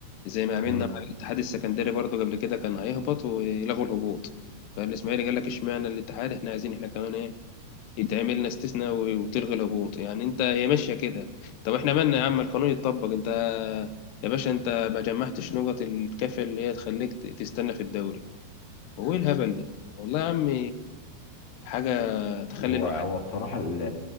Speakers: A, on the left; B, on the left.
A: زي ما عملنا
B: امم
A: مع الاتحاد السكندري برضو قبل كده كان هيهبط ويلغوا الهبوط فالاسماعيلي قال لك اشمعنى الاتحاد احنا عايزين احنا كمان ايه يتعمل لنا استثناء و- وتلغي الهبوط يعني انت هي ماشيه كده طب احنا مالنا يا عم القانون يتطبق انت يا باشا انت ما جمعتش نقط الكافيه اللي هي تخليك ت- تستنى في الدوري هو ايه الهبل ده والله يا عم حاجة تخلي
B: هو
A: الواحد
B: هو بصراحة ال-